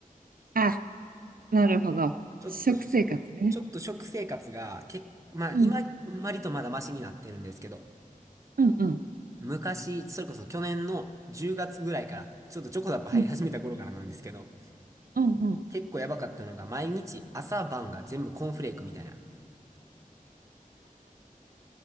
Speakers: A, on the right; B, on the right.
A: あ、なるほど。
B: ちょっと、
A: 食生活ね。
B: ちょっと食生活が、け、まあ今、
A: うん。
B: 割とまだマシになってるんですけど、
A: うんうん。
B: 昔、それこそ去年の10月ぐらいから、ちょっとチョコザップ入り始めた頃からなんですけど、
A: うん。うんうん。
B: 結構やばかったのが、毎日朝晩が全部コーンフレークみたいな。